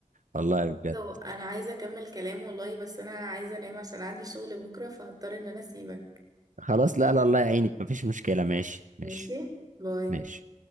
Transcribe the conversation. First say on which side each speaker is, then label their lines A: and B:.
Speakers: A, on the right; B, on the right.
A: والله بجد
B: طب انا عايزه اكمل كلام والله بس انا عايزه انام عشان عندي شغل بكره فهضطر ان انا اسيبك
A: خلاص لا لا الله يعينك مفيش مشكلة ماشي ماشي
B: ماشي باي
A: ماشي